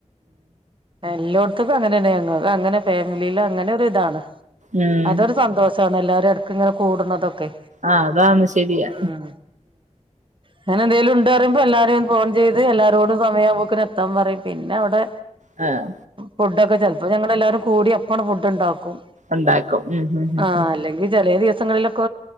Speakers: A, on the right; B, on the right.
A: എല്ലായിടത്തക്കും അങ്ങനെ ഞങ്ങ അങ്ങനെ ഫാമിലിൽ അങ്ങനെ ഒരുതാണ്
B: ഉം
A: അതൊരു സന്തോഷണ് എല്ലാരും ഇടക് ഇങ്ങനെ കൂടുന്നതൊക്കെ
B: ആ അതന്ന് ശെരിയാ
A: ഉം അങ്ങനെ എന്തേങ്കിലും ഉണ്ട് പറയുമ്പോ എല്ലാരെയും ഫോൺ ചെയ്ത് എല്ലാരോടും സമയാവു പോക്കിന് എത്താൻ പറയും പിന്നെ അവിടെ
B: മ്മ്ഹ്
A: ഫുഡൊക്കെ ചെലപ്പോ ഞങ്ങെല്ലാരും കൂടി അപ്പാണ്ട്ഫുഡ് ഉണ്ടാക്കും
B: ഉണ്ടാക്കും ഉം ഉം
A: ആ
B: ഉം
A: അല്ലെങ്കിൽ ചെലെ ദിവസങ്ങളിലൊക്ക്